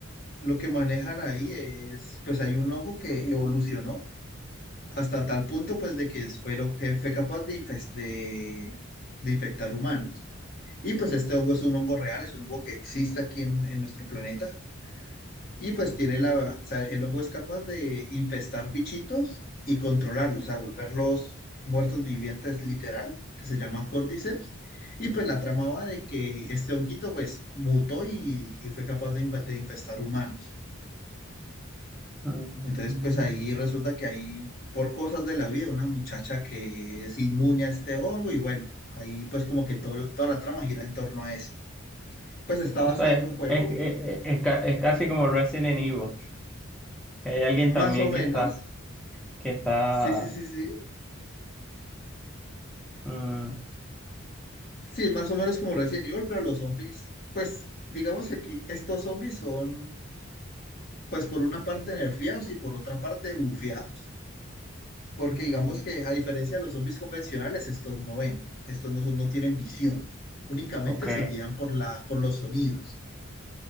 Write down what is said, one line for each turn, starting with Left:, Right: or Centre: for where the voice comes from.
Left: lo que manejan ahí es, pues hay un hongo que evolucionó hasta tal punto, pues de que fue lo que fue capaz de, infes- de, de infectar humanos. Y pues este hongo es un hongo real, es un hongo que existe aquí en, en nuestro planeta. Y pues tiene la, o sea, el hongo es capaz de infestar bichitos y controlarlos, a volverlos muertos vivientes literal, que se llama Cordyceps. Y pues la trama va de que este honguito pues mutó y, y fue capaz de, inv- de infestar humanos.
Centre: Mm,
Left: Entonces pues ahí resulta que hay, por cosas de la vida, una muchacha que es inmune a este hongo y bueno, ahí pues como que todo, toda la trama gira en torno a eso. Pues está
Centre: o
Left: basada
Centre: sea,
Left: en un juego,
Centre: es, es, es- es ca- es casi como Resident Evil, que hay alguien
Left: más
Centre: también
Left: o menos.
Centre: que está, que está...
Left: Sí, sí, sí, sí.
Centre: mm,
Left: Sí, más o menos como Resident Evil, pero los zombies, pues digamos que aquí estos zombies son, pues por una parte nerfeados y por otra parte bufiados. Porque
Centre: mm,
Left: digamos que a diferencia de los zombies convencionales, estos no ven, estos no, son- no tienen visión, únicamente
Centre: ok,
Left: se guían por la, por los sonidos.